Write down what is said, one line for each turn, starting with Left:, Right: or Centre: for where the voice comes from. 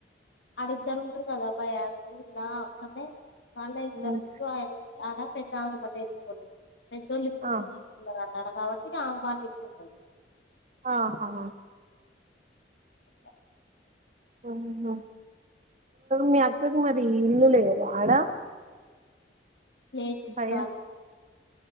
Left: ఆడ ఇద్దరు ఉంటరు కథ పై ఊర్ల వస్తుంటే వాళ్ళే ఇద్దరుంటిరే
Right: మ్మ్
Left: ఆమె పెద్దావెమ్మట ఎల్లిపోతది పెద్దోళ్ళు ఇప్పుడు
Right: ఆ
Left: ఇల్లు తీసుకున్నారు ఆడ కాబట్టి ఆహ్వానించి ఉంటరు
Right: ఆహా
Left: అట్లా
Right: ఆహ మీ అక్కకి మరి ఇల్లు లేదా ఆడ
Left: లేసింది
Right: భయ
Left: కాలి